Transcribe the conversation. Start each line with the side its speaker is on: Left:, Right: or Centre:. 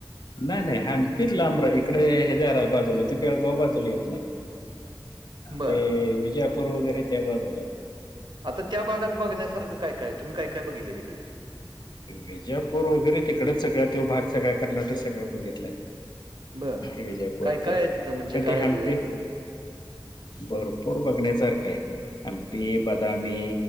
Left: नाय नाय हॅम्पीच लांबरा इकडे हे जारा बाजूला. त बेळगाव बाजूला येतं नाहीं.
Right: बरं.
Left: ते विजयापूर वगैरे त्या बाजूला हे.
Right: आता त्या भागात बघण्यासारखं काय, काय तुम्ही काय, काय बघितलंय तिकडे?
Left: विजापूर वगैरे तिकडेच सगळ, त्यो भाग सगळा, कर्णाटक सगळा बघितलाय.
Right: बरं.
Left: विजयपूर
Right: काय-काय
Left: का
Right: आहे तिथं म्हणजे
Left: पण ते
Right: काय
Left: हम्पी
Right: अ,
Left: भरपूर बघण्यासारखं आहे हमपी बदामी